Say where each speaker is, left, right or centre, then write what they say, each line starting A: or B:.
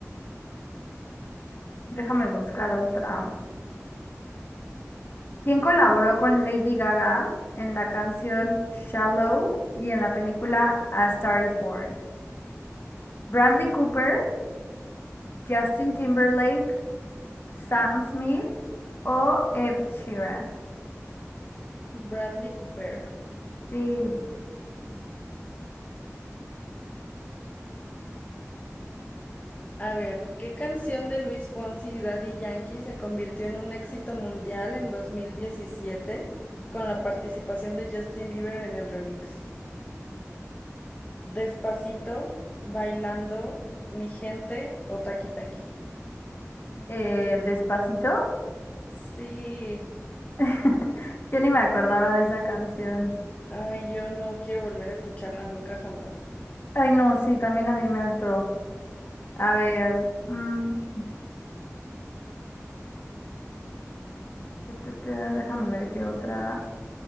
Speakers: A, on the left; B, on the left.
A: déjame buscar otra. quien colaboró con Lady Gaga en la canción Shallow y en la película A Star is Born. Bradley Cooper, Justin Timberlake, Sam Smith o Ed Sheeran.
B: Bradley Cooper.
A: Sí,
B: A ver, ¿qué canción de Luis Fonsi y Daddy Yankee se convirtió en un éxito mundial en 2017 con la participación de Justin Bieber en el remix? ¿Despacito, Bailando, Mi Gente o Taki Taki?
A: eh, Despacito.
B: Sí,
A: <laughs> Ya ni me acordaba de esa canción.
B: Ay, yo no quiero volver a escucharla nunca jamás.
A: Ay, no, sí, también a mí me hartó. A ver, mm, ta, ta, ta, déjame ver qué otra